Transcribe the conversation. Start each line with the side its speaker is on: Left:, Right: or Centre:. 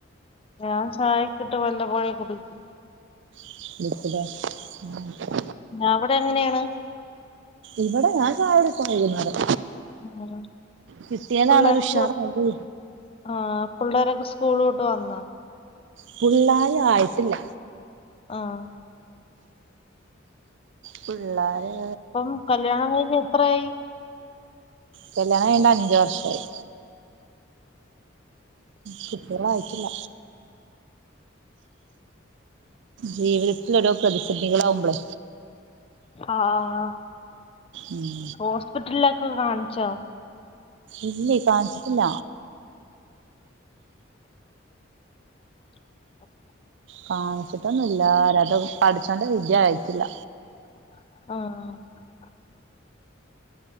Left: ഞാൻ ചായകിട്ട വല്ലപ്പോഴെ കുടിക്കു
Right: <unintelligible>
Left: അവിടെ എങ്ങനെയാണ്.
Right: ഇവിടെ ഞാൻ ചായ കു പ്പം വൈകുന്നേരം
Left: ഉം
Right: കിട്ടിയാലാണ്
Left: പിള്ളേർക്ക്
Right: ഒരു ഉഷാറ് മൂഡ്
Left: ആഹ് പിള്ളേരൊക്കെ സ്കൂൾ വിട്ടുവന്നേ.
Right: പുള്ളാർ ആയിട്ടില്ല
Left: ആഹ
Right: പിള്ളോര്..
Left: അപ്പം കല്യാണം കഴിഞ്ഞ് എത്രയായി
Right: കല്യാണം കഴിഞ്ഞ്ട്ട്‌ അഞ്ചു വർഷായി. കുട്ടികൾ ആയിട്ടില്ല ജീവിതത്തിൽ ഒരോപ്രതിസന്ധികളാവുമ്പളെ
Left: ആഹ
Right: ഉം
Left: ഹോസ്പിറ്റലക് കാണിച്ചോ
Right: ഇല്ലേ കാണിച്ചിട്ടില്ല
Left: <inaudible>
Right: കാണിച്ചിട്ടൊന്നു ഇല്ല <unintelligible> പടച്ചോന്റെ വിധി ആയിട്ടില്ല
Left: ആഹ